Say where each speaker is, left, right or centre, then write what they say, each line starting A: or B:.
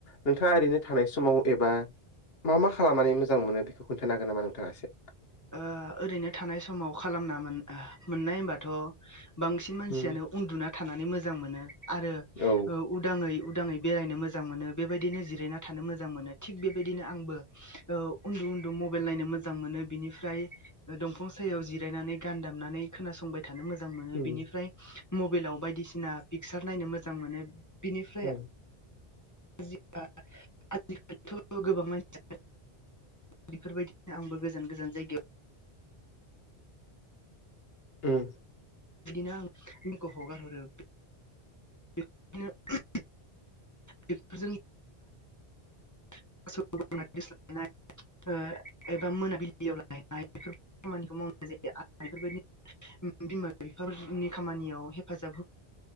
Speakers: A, on the left; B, on the left.
A: नोंथाङा ओरैनो थानाय समाव एबा मा मा खालामनानै मोजां मोनो बेखौ खोन्थानो हागोन नामा नोंथाङा एसे
B: ओ ओरैनो थानाय समाव खालामना मोन ओ मोननाय होमबाथ' बांसिन मानसियानो
A: उम
B: उन्दुना थानानै मोजां मोनो आरो
A: औ
B: उदाङै उदाङै बेरायनो मोजां मोनो बेबायदिनो जिरायना थानो मोजां मोनो थिग बे बादिनो आंबो ओ उन्दु उन्दु मबाइल नायनो मोजां मोनो। बिनिफ्राय दंफां सायाव जिरायनानै गान दामनानै खोनासंबाय थानो मोजां मोनो
A: उम
B: बिनिफ्राय मबाइलाव बायदिसिना पिकचार नायनो मोजां मोनो। बिनिफ्राय
A: औ
B: <unintelligible> आजिखालिथ' गोबां मानसिया बेफोरबायदिनो आंबो गोजान गोजान जायगायाव
A: उम
B: नो आं दिनखौ हगार हरो बेनो <unintelligible> बेफोरजों <unintelligible> एबा मोनाबिलियाव लायनाय बेफोर खामानिखौ मावनाय जायो आरो बेफोरबायदि बिमा बिफाफोरनि खामानियाव हेफाजाब हो